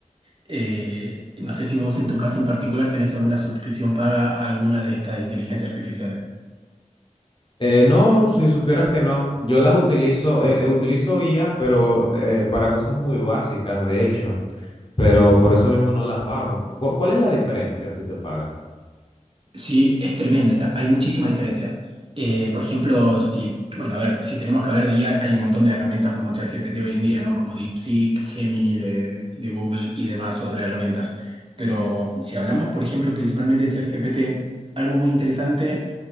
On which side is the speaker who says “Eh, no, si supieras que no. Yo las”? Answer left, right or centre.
Left